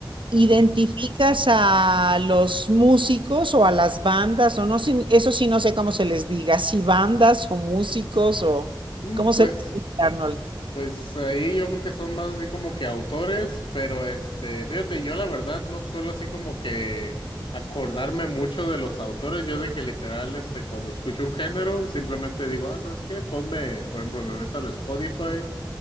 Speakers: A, on the right (about 75°); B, on the left (about 80°).
A: ¿identificas
B: ujú.
A: a los músicos o a las bandas? O no, sé, eso sí no sé cómo se les diga, si bandas o músicos o
B: Mm,
A: cómo
B: pues,
A: se les dice, Arnold.
B: pues ahí yo creo que son más así como que autores, pero este, fíjate, yo la verdad no suelo así como que acordarme mucho de los autores. Yo de que literal, este, cuando escucho un género, simplemente digo, ah, ¿sabes qué? Ponme, por ejemplo, me meto al Spotify.